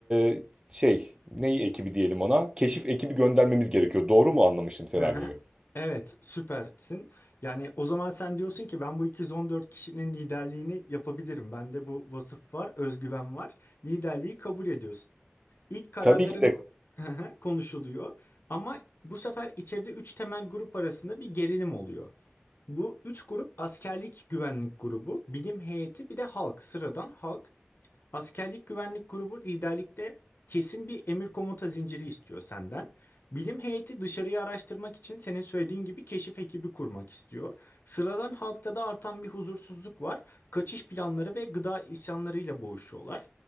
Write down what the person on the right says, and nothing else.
e, şey, ney ekibi diyelim ona, keşif ekibi göndermemiz gerekiyor. Doğru mu anlamışım senaryoyu?
Tabii ki de